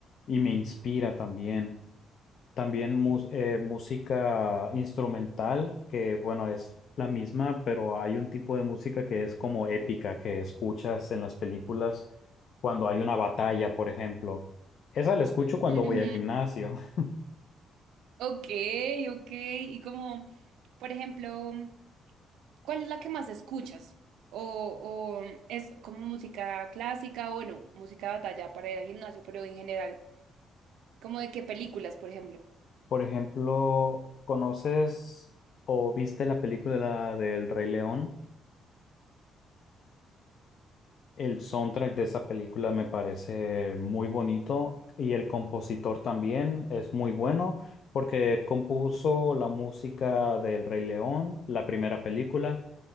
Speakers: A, on the left; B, on the right.
A: y me inspira también. También mus- eh, música instrumental, que bueno, es la misma, pero hay un tipo de música que es como épica, que escuchas en las películas cuando hay una batalla, por ejemplo. Esa la escucho cuando
B: Ujú.
A: voy al gimnasio. <laughs>
B: Ok, ok. Y como, por ejemplo, ¿cuál es la que más escuchas? O, o es como música clásica, o bueno, música de batalla para ir al gimnasio, pero en general, como de qué películas, por ejemplo.
A: Por ejemplo, ¿conoces o viste la película del Rey León? El soundtrack de esa película me parece muy bonito y el compositor también es muy bueno porque compuso la música del Rey León, la primera película,